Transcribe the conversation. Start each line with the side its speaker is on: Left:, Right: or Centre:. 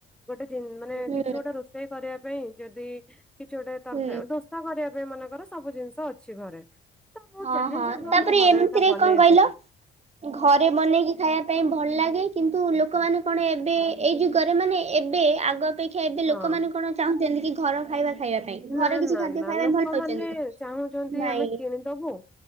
Centre: ଗୋଟେ ଜ ମାନେ
Right: ହୁଁ
Centre: କିଛି ଗୋଟେ ରୋଷେଇ କରିବା ପାଇଁ ଯଦି କିଛି ଗୋଟେ ତରକାରୀ
Right: ହୁଁ
Centre: କରିବା ପାଇଁ ମାନେଙ୍କର ସବୁ ଜିନିଷ ଅଛି ଘରେ। ତ ମୁଁ
Right: ହଁ
Centre: ଚାହେଁ
Right: ହଁ
Centre: ଯେ
Right: ତାପରେ
Centre: ମୁଁ ଘରେ
Right: ଏମିତିରେ
Centre: ଏଇଟା ବନେଇଦେବି।
Right: କଣ କହିଲ ଘରେ ବନେଇକି ଖାଇବା ପାଇଁ ଭଲ ଲାଗେ କିନ୍ତୁ ଲୋକମାନେ କଣ ଏବେ ଏଇ ଯୁଗରେ ମାନେ ଏବେ ଆଗ ଅପେକ୍ଷା ଏବେ
Centre: ହଁ।
Right: ଲୋକମାନେ କଣ ଚାହୁଁଛନ୍ତି କି ଘର ଖାଇବା। ଖାଇବା ପାଇଁ
Centre: ନା
Right: ଘର କିଛି
Centre: ନା
Right: ଖାଦ୍ୟ
Centre: ନା
Right: ଖାଇବା
Centre: ଲୋକମାନେ
Right: ପାଇଁ ଭଲ ପାଉଛନ୍ତି କି?
Centre: ଚାହୁଁଛନ୍ତି
Right: ନାଇଁ
Centre: ଆମେ କିଣିଦବୁ।